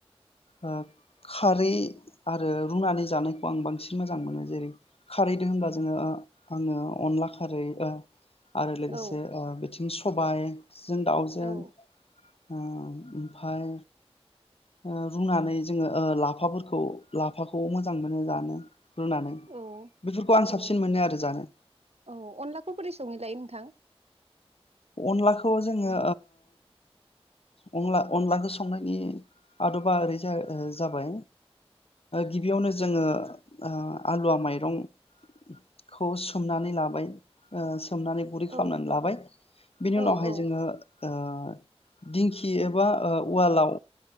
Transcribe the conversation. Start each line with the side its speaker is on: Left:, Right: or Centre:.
Left: ओ खारै आरो रुनानै जानायखौ आं बांसिन मोजां मोनो जेरै खारैजों होनबा जोङो आङो अनला खारै आरो लोगोसे
Right: औ
Left: बिथिं सबायजों दाउजों
Right: औ
Left: ओ ओमफाय ओ रुनानै जोङो ओ ला लाफाफोरखौ लाफाखौ मोजां मोनो जानो रुनानै
Right: औ
Left: बेफोरखौ आं
Right: औ
Left: साबसिन मोनो आरो जानो
Right: औ अनलाखौ बोरै सङै लायो नोंथां
Left: अनलाखौ जोङो ओ अनला अनलाखो संनायनि आदबा ओरै जाबाय गिबियावनो जोङो ओ आलुवा माइरंखौ सोमनानै लाबाय सोमनानै गुरै खालामनानै
Right: औ
Left: लाबाय बिनि उनावहाय
Right: औ औ
Left: जोङो ओ दिंखि एबा ओ उवालाव